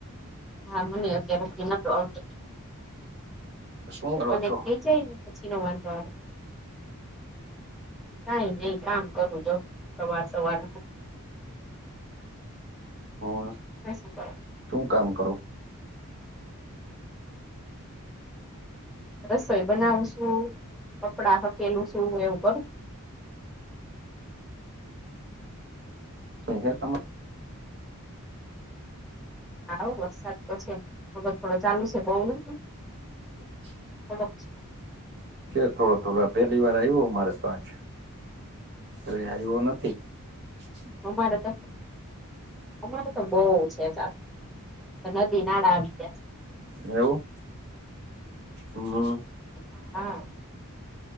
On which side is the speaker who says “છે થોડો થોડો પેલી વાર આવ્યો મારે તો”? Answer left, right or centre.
Right